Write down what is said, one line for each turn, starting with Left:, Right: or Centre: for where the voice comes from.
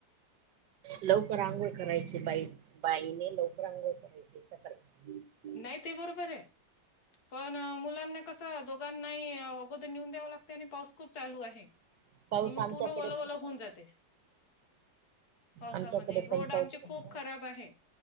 Right: लवकर आंघोळ करायची बाई, बाईने लवकर आंघोळ करायची. <unintelligible>
Left: नाही ते बरोबर आहे. पण मुलांना कसं दोघांनाही अगोदर नेऊन द्यावं लागते आणि पाऊस खूप चालू आहे.
Right: <inaudible>
Left: आणि मग
Right: आमच्याकडे
Left: पूर्ण ओल-ओल
Right: पण चालू
Left: होऊन जाते. पावसामध्ये,
Right: आमच्याकडे
Left: रोड
Right: पण पाऊस
Left: आमचे
Right: चालू
Left: खूप खराब आहे.